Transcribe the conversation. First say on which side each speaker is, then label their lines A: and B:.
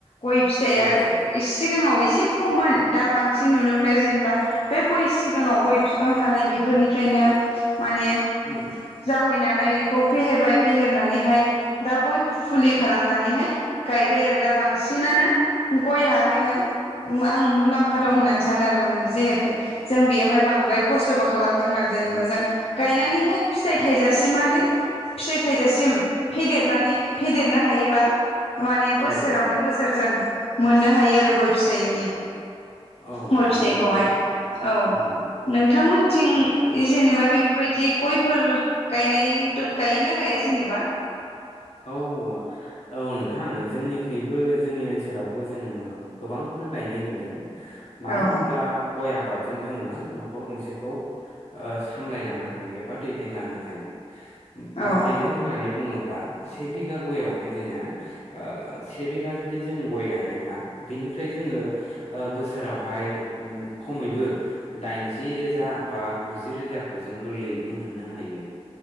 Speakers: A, on the left (about 60°); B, on the left (about 85°).
A: गय फिथाइया
B: औ औ
A: सिगाङाव एसे खममोन दा बांसिन नुनो मोनबाय जेनेबा बे गय सिगाङाव गय बिफां थानाय बेफोरनिफ्रायनो माने
B: उम
A: जावैना नाय खौ फेहेरबाय फेहेरनानैहाय दा गय फुलि खालामनानैहाय गायबाय आरो दा बां बांसिनानो गयाहाय माने आं मुलाम्फा दं होननानै सानो आरो माने बे जिहेतु जों बेयावहाय बांद्राय खस्थ'बो खालामनााङा जेनेबा जों गायनानैहाय फिथाइ थाइजासिम आरो फिथाइ थाइजासिम फेदेर। देरनानै फेदेरनो हायो माने बोसोरावनो
B: औ औ
A: बोसो मोननो हायो आरो गय फिथाइनि
B: औ
A: गय
B: नंगौ
A: फिथाइखौहाय
B: नोंथां
A: औ
B: उम
A: नोंथांमो थिं जेनेबा बेफोरबायदि गयफोर गायनाय गायोना गाया जेनेबा?
B: औ औ नोंथां जोंनिखैबो जोंनि ओनसोलावबो जों गोबांखौनो गायनाय नुदों। मानो
A: औ
B: होनब्ला गय आबादजों जोङो न'खर गंसेखौ ओ सामलायलांनो हायो बा दैदेनलांनो हायो।
A: औ
B: माब्रैहाय होननानै बुङोब्ला से बिघा गयावहाय जोङो ओ से बिगा जुदि जों गय गायोब्ला बिनिफ्राय जोङो ओ बोसोरावहाय ओ खमैबो दाइनजि रोजा बा गुजि रोजाखौ जों गोरलैयैनो मोननो हायो